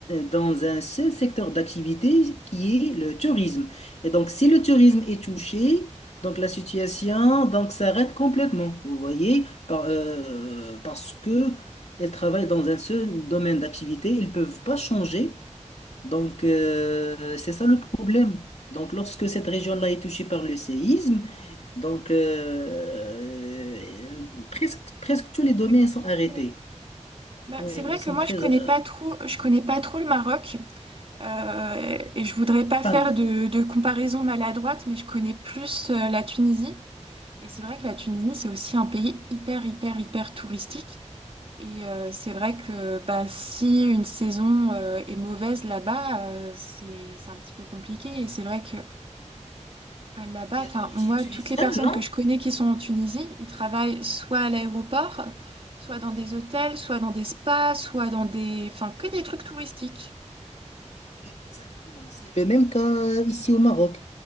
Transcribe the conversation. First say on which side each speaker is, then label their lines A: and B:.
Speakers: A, on the left (about 60°); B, on the right (about 50°).
A: dans un seul secteur d'activité qui est le tourisme. Et donc, si le tourisme est touché, donc la situation donc s'arrête complètement. Vous voyez, par- euh, parce que elles travaillent dans un seul domaine d'activité, ils peuvent pas changer. Donc, euh, c'est ça le problème. Donc, lorsque cette région-là est touchée par le séisme, donc euh, euh, presque, presque
B: <laughs>
A: tous les
B: C'est
A: domaines
B: très compliqué,
A: sont arrêtés.
B: oui. Bah,
A: Oui,
B: c'est vrai
A: ils
B: que
A: sont
B: moi
A: très...
B: je connais
A: euh,
B: pas trop, je connais pas trop le Maroc euh, et je voudrais pas faire
A: enfin,
B: de, de comparaison maladroite, mais je connais plus euh, la Tunisie. Et c'est vrai que la Tunisie c'est aussi un pays hyper hyper hyper touristique. Et euh, c'est vrai que bah, si une saison euh, est mauvaise là-bas, euh, c'est c'est un petit peu compliqué. Et c'est vrai que euh, Là-bas,
A: il
B: enfin,
A: est d'origine
B: moi,
A: tunisienne,
B: toutes les personnes
A: non?
B: que je connais qui sont en Tunisie, ils travaillent soit à l'aéroport, soit dans des hôtels, soit dans des spas, soit dans des... Enfin, que des trucs touristiques.
A: Exactement, c'est Le même cas euh, ici au Maroc.